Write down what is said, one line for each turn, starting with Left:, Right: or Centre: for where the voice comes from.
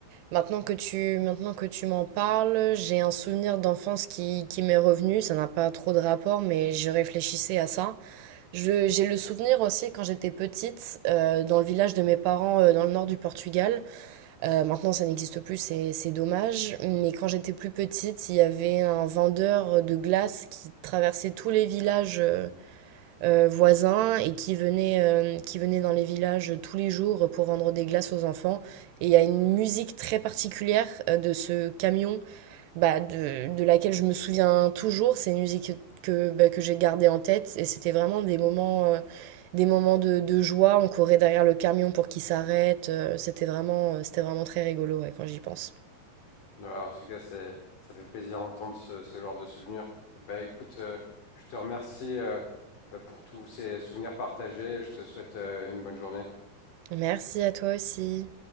Right: Maintenant que tu, maintenant que tu m'en parles, j'ai un souvenir d'enfance qui, qui m'est revenu. Ça n'a pas trop de rapport, mais je réfléchissais à ça. Je- j'ai le souvenir aussi quand j'étais petite, euh, dans le village de mes parents, euh, dans le nord du Portugal. Euh, maintenant, ça n'existe plus, c'est c'est dommage. Mais quand j'étais plus petite, il y avait un vendeur de glace qui traversait tous les villages euh, euh, voisins et qui venait, euh, qui venait dans les villages tous les jours pour vendre des glaces aux enfants. Et il y a une musique très particulière euh, de ce camion bah, de, de laquelle je me souviens toujours. C'est une musique que, bah, que j'ai gardée en tête et c'était vraiment des moments, euh, des moments de, de joie. On courait derrière le camion pour qu'il s'arrête. euh, c'était vraiment, euh, c'était vraiment très rigolo ouais, quand j'y pense.
Left: Alors, en tout cas, c'est, ça fait plaisir d'entendre ce, ce genre de souvenirs. Bah écoute, euh, je te remercie euh, bah, pour tous ces souvenirs partagés. Je te souhaite euh, une bonne journée.
Right: Merci à toi aussi.